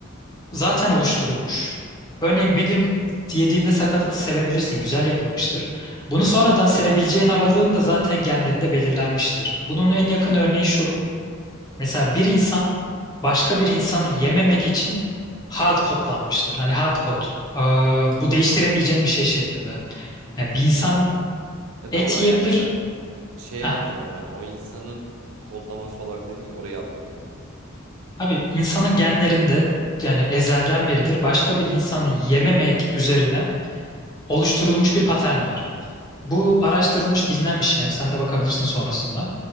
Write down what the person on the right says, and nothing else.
Evet.
<laughs>
Ya.
Ya
tam olarak
yani mesela şeyi
anlayamadım. Hani o insanın kodlaması olarak dedin ya orayı anlayamadım.